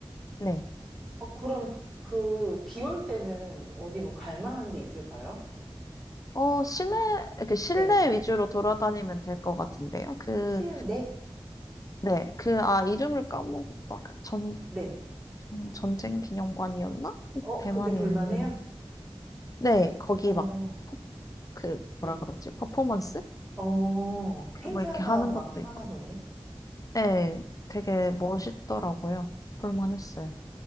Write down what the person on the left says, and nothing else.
네.
어, 시내, 그 실내
위주로 돌아다니면 될 것 같은데요. 그,
네, 그, 아, 이름을 까먹었다. 그 전,
전- 전쟁 기념관이었나?
대만에
있는. 네, 거기
막, 퍼- 그,
뭐라 그러지? 퍼포먼스?
그거
이렇게 하는
것도
있고.
네, 되게 멋있더라고요. 볼만했어요.